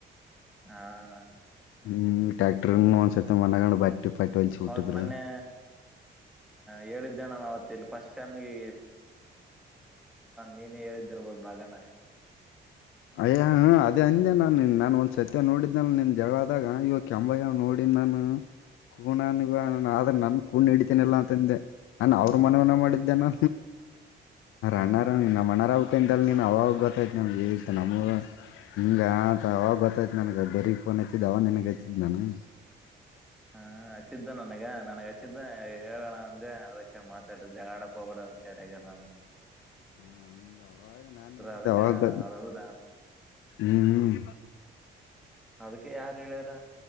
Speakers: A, in the centre; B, on the left (about 80°).
A: ಹಾ ಅಣ್ಣ
B: ಹ್ಮ್ ಟ್ಯಾಕ್ಟರ್ ಒಂದ್ಸತಿ ಮನಗಂಡ್ ಬಟ್ಟಿ ಪಟ್ಟಿ ಹೊಲ್ಸಿ ಬಿಟ್ಟಿದ್ರು
A: ಅವತ್ ಮೊನ್ನೆ ಹೇಳಿದ್ದೇಣ ಅವತ್ಲ್ ಫಸ್ಟ್ಮಗೆ ನೀನೇ ಹೇಳಿದ್ದಿರ್ಬೋದು ಬಾಗನ
B: ಅಯ್ಯ ಅದೇ ಅಂದೆ ನಾನ ನಾನನ್ ಒಂದ್ ಸತ್ಯ ನೋಡಿದ್ನ ನಿನ್ ಜಗಳ ಆದಾಗ ಇವ ಕೆಂಬಯ್ಯ ನೋ ನಾನ ಕೂಣನ್ಗ ಆದ್ರ ನನ್ ಕೂಣ ಹಡಿತೀನಿಲ್ಲ ಅಂತಂದೆ ನಾನ ಅವ ಮನ ಮಾಡಿದ್ದ ನ
A: ಹ್ಮ್
B: ಅಣ್ಣಾರ
A: ಹ್ಮ್
B: ನಮ್ಮ ಅಣ್ಣ ಅಪ್ಪಂತಲ್ಲಿ ನೀನು ಅವಾಗ ಗೊತ್ತಾಯತು ನಮಗೆತ್ತು ನಮ್ಗೆ ಹಿಂಗ ಆತ ಅವಾಗ ಗೊತ್ತಾಯ್ತತ್ ನನ್ಗ ಬರಗ್ ಫೋನ್ ಹಚ್ಚಿದ್ದ್ ಅವಾಗ ನನ್ಗ್ ಹಚ್ಚಿದ್ ನಾನ
A: ಹಾ ಹಚ್ಚಿದ್ದ ನನಗ ನನಗ ಹಚ್ಚಿದ್ದ ಹೇಳೋಣ ಅಂದೆ ಅದಕ್ಕೆ ಮಾತಾಡ ಜಾಡಕ್ ಹೋಗಬಡ ಉಷಾರಗಿರು
B: ಹಾ ಹ ನಾನು ಇದ್ದಾಗದು
A: ಅದಕ್ಕ ಅದ್ ಹೌದಾ
B: ಹ್ಮ್
A: ಅದಕ್ಕೆ ಯಾರು ಹೇಳ್ಯಾರ